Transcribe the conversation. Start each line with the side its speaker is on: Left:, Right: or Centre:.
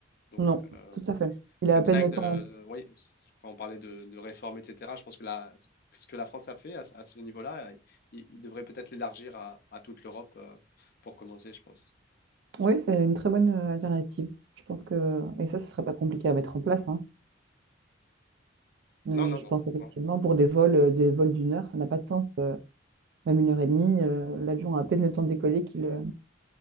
Left: Donc,
Right: non,
Left: euh,
Right: tout à fait. Il
Left: cette
Right: a à peine
Left: règle,
Right: le temps.
Left: euh, oui, quand on parlait de, de réforme, etc., je pense que la, ce que la France a fait à, ce à ce niveau-là, il, il devrait peut-être l'élargir à, à toute l'Europe euh, pour commencer, je pense.
Right: Oui, c'est une très bonne euh, alternative. Je pense que, et ça, ce serait pas compliqué à mettre en place, hein. Euh,
Left: Non, non,
Right: je
Left: non,
Right: pense effectivement
Left: non.
Right: pour des vols, euh, des vols d'une heure, ça n'a pas de sens. euh, même une heure et demie, euh, l'avion a à peine le temps de décoller qu'il euh,